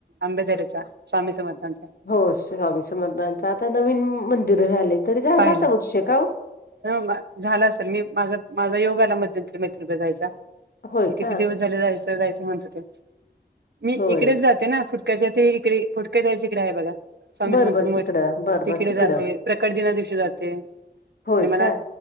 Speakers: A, on the right; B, on the left.
A: आंबेदरेचा स्वामी समर्थांचा.
B: हो स्वामी समर्थांचा आता नवीन मंदिर झाल आहे. तरी झालाच
A: पाहिलं.
B: वर्षे का हो?
A: <unintelligible> झाला असेल मी माझ माझा योगाला मध्यंतरी <unintelligible> कडे जायचा.
B: होय
A: मी किती
B: का?
A: दिवस झाले जायचं जायचं म्हणत होते. मी
B: होय.
A: इकडे जा ते ना फुटक्याच्या ते इकडे फुटक त्याच्या इकडे आहे बघा. स्वामी
B: बरं
A: समर्थांचा
B: बरं तिकडं
A: मठ
B: बरं
A: तिकडे
B: बरं तिकडं
A: जाती प्रकट दिनाच्या दिवशी जाते
B: होय
A: <unintelligible> मला
B: का?